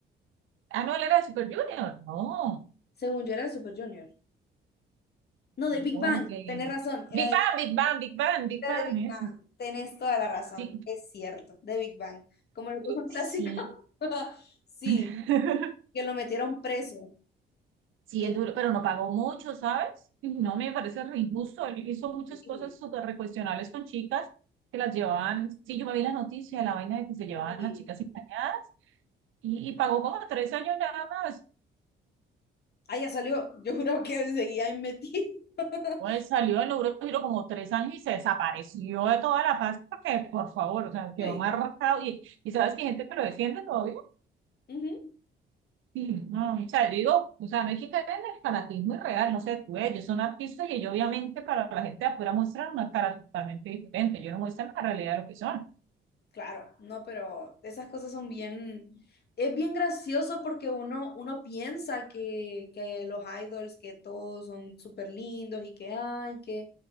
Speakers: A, on the right; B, on the left.
A: Ah, no, él era de Super Junior, no.
B: Según yo era de Super Junior. No, de Big
A: No,
B: Bang.
A: de-
B: Tenés razón, era
A: Big
B: de
A: Bang, Big Bang, Big Bang, Big
B: La
A: Bang,
B: de Big
A: eso.
B: Bang. Tenés toda la razón,
A: Sí,
B: es cierto, de Big Bang. Como lo puso un
A: sí.
B: clásico. <laughs> Sí,
A: <laughs>
B: que lo metieron preso.
A: Sí,
B: Que
A: es duro, pero no pagó mucho, ¿sabes? Y No me parece re injusto. Él hizo muchas
B: increíble.
A: cosas súper recuestionables con chicas que las llevaban. Sí, yo me vi la noticia, la vaina de que se
B: Sí.
A: llevaban las chicas engañadas y, y pagó como tres años nada más.
B: Ah, ya salió. Yo juro que seguía ahí metido. <laughs>
A: Pues salió en Eurogiro como tres años y se desapareció de toda la paz porque, por favor, o sea, quedó
B: Uy.
A: marcado. Y, y sabes que hay gente que lo defiende todavía.
B: ujú.
A: Sí, no, o sea, yo digo, o sea, no hay que caer en el fanatismo irreal, no sé, tú, ellos son artistas y ellos obviamente para la gente de afuera muestran una cara totalmente diferente, ellos no muestran la realidad de lo que son,
B: Claro, no, pero esas cosas son bien, es bien gracioso porque uno, uno piensa que, que los idols, que todos son súper lindos y que hay, que...